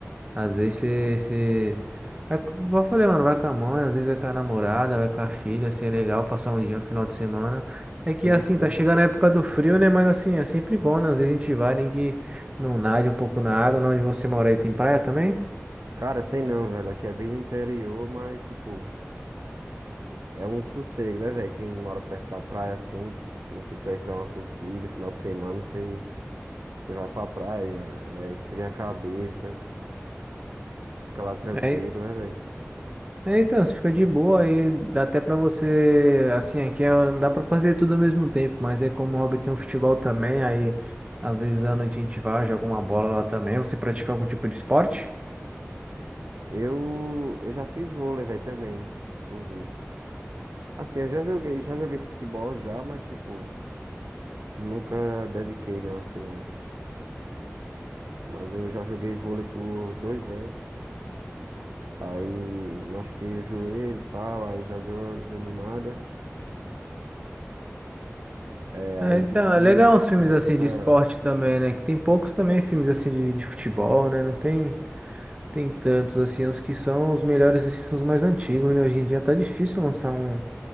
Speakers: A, on the right (about 25°); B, on the right (about 75°).
A: Às vezes você, você... Vai, com- igual eu falei, mano, vai com a mãe, às vezes vai com a namorada, vai com a filha, assim, é legal passar um dia, um final de semana.
B: Sim,
A: É que, assim,
B: sim.
A: tá chegando a época do frio, né? Mas, assim, é sempre bom, né? Às vezes a gente vai, nem que não nade um pouco na água, não, onde você mora aí tem praia também?
B: Cara, tem não, velho. Aqui é bem no interior, mas, tipo, é um sossego, né, velho? Quem mora perto da praia, assim, se você quiser dar uma curtida, final de semana, você, você vai pra praia, é, esfria a cabeça, fica lá tranquilo,
A: É,
B: né, velho?
A: é, então, você fica de boa, aí dá até pra você, assim, aqui é- não dá pra fazer tudo ao mesmo tempo, mas é como o hobby tem um futebol também, aí às vezes à noite a gente vai, joga uma bola lá também. Você pratica algum tipo de esporte?
B: Eu, eu já fiz vôlei, velho, também, inclusive. Assim, eu já joguei, já joguei futebol já, mas, tipo, nunca dediquei, não, assim, ó. Mas eu já joguei vôlei por dois anos. Aí machuquei o joelho e tal, aí já deu uma desanimada. É, aí
A: É, então,
B: tive que,
A: é legal uns filmes
B: que me recuperar.
A: assim de esporte também, né? Que tem poucos também filmes assim de, de futebol, né? Não tem, tem tantos assim. Os que são os melhores assim, são os mais antigos, né? Hoje em dia tá difícil lançar um,